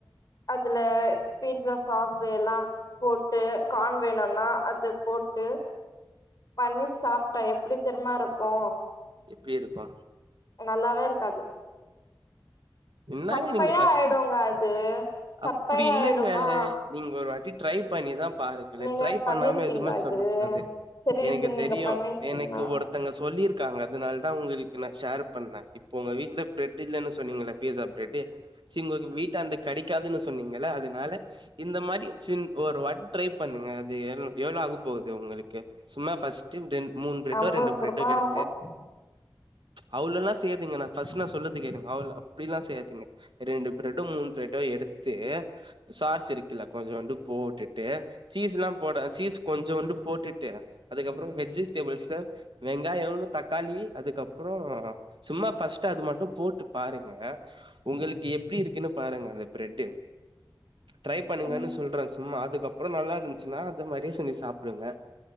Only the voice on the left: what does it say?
அதுல பீட்ஸா சாஸ்சு எல்லா போட்டு கான் வேணுனா அது போட்டு பண்ணி சாப்டா எப்டி தெரிம்மாருக்கு
நல்லாவே இருக்காது
சப்பையா
ஆயிடுங்க அது சப்பையா
ஆயிடுமா
நீங்க
பண்ணிருப்பீங்களா
இது
சரி
இது நீங்க
பண்ணிருக்கீங்களா
ஐம்பது
ரூபா
<inaudible>
ம்